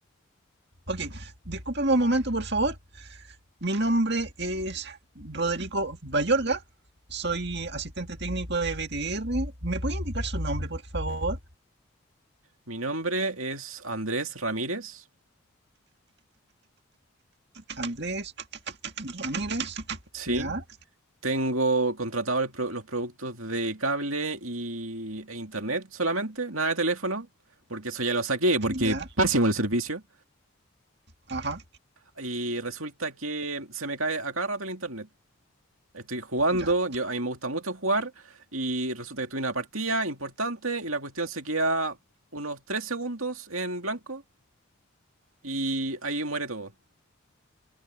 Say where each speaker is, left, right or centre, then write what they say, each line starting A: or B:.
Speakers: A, on the right; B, on the right.
A: Ok, discúlpeme un momento, por favor. Mi nombre es Roderico Bayorga. Soy asistente técnico de BTR. ¿Me puede indicar su nombre, por favor?
B: Mi nombre es Andrés Ramírez,
A: Andrés Ramírez.
B: sí,
A: Ya,
B: tengo contratado el pro- los productos de cable y, e internet solamente, nada de teléfono, porque eso ya lo saqué, porque
A: ya,
B: pésimo el servicio.
A: ajá,
B: Y resulta que se me cae a cada rato el internet. Estoy jugando,
A: ya.
B: yo, a mí me gusta mucho jugar, y resulta que tuve una partida importante y la cuestión se queda unos 3 segundos en blanco y ahí muere todo.